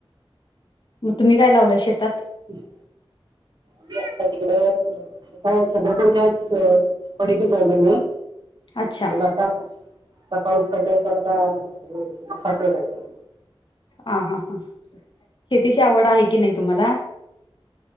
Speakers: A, on the left; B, on the right.
A: मग तुम्ही काय लावलय शेतात?
B: हह. आम्ही आत्ता तिकडं काय, सगळ्याकडची काय पडीकच आहे जमीन.
A: अच्छा
B: पण, आता आता पाऊस पडल्यानंतर आत्ता हे मक्का पेरायचा आहे.
A: ह हा हा, शेतीची आवड आहे की नाही तुम्हाला?